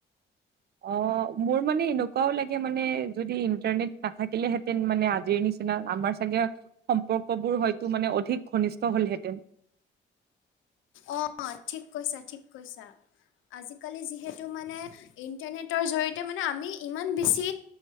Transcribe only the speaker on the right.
অ', মোৰ মানে এনেকুৱাও লাগে মানে যদি ইণ্টাৰনেট নাথাকিলেহেঁতেন মানে আজিৰ নিচিনা নিচিনা আমাৰ চাগে সম্পৰ্ক বোৰ হয়তো মানে অধিক ঘনিষ্ঠ হ'লহেঁতেন